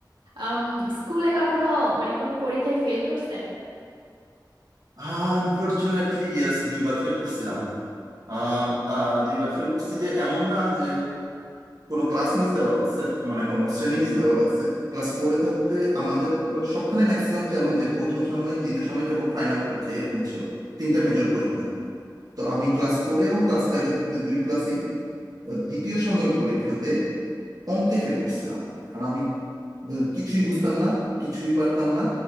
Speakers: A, on the right; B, on the right.
A: আম, স্কুলে কখনো মানে কোনো পরীক্ষায় ফেল করছেন
B: আনফরচুনেটলি ইয়েস দুইবার ফেল করছিলাম আম, আহ, দুইবার ফেল করছি যে এমন না যে কোনো ক্লাস মিস দেওয়া লাগছে মানে কোনো শ্রেণী মিস দেওয়া লাগছে ক্লাস ফোরে থাকতে আমাদের বা- সবখানে ম্যাক্সিমাম তো এমন যে প্রথম সাময়িক দ্বিতীয় সাময়িক এবং ফাইনাল পরীক্ষা এরকম ছিল তিনটা মেজর পরীক্ষা তো আমি ক্লাস ফোরে এবং ক্লাস ফাইভে থাকতে দুই ক্লাসেই দ্বিতীয় সাময়িক পরীক্ষাতে অঙ্কে ফেল করছিলাম কারণ আমি ব- কিছুই বুঝতাম না কিছুই পারতাম না